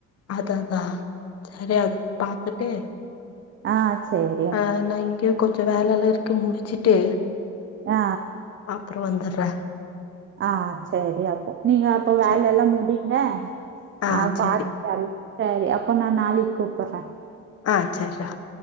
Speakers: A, on the left; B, on the right.
A: அதா அதா சரியா பார்த்துட்டு
B: ஆ சேரி
A: ஆ நா இங்கேயும் கொஞ்சோ வேலைல்லாம் இருக்கு முடிச்சுட்டு
B: ஆ
A: அப்பறோ வந்துடுற
B: ஆ சரி அப்போ நீங்க அப்போ வேலை
A: சே
B: எல்லாம் முடியுங்க
A: ஆ
B: அப்ப
A: சேரி
B: பா சரி சரி அப்போ நா நாளைக்கு கூப்பிடறேன்
A: ஆ செர்டா